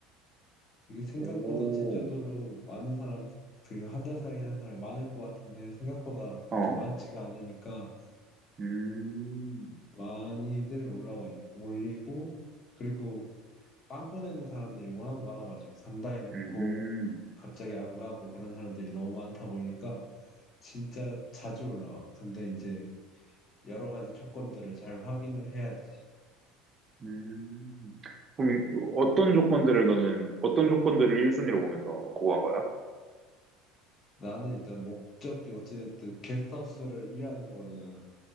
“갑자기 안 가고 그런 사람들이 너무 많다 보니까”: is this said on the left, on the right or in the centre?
Left